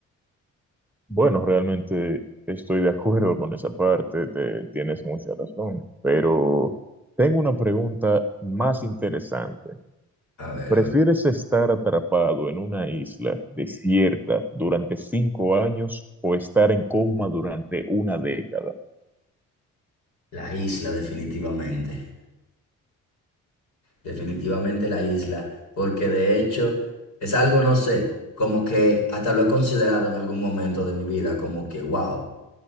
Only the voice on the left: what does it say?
A ver,
a ver.
La isla, definitivamente. Definitivamente la isla, porque de hecho es algo, no sé, como que hasta lo he considerado en algún momento de mi vida, como que, wow,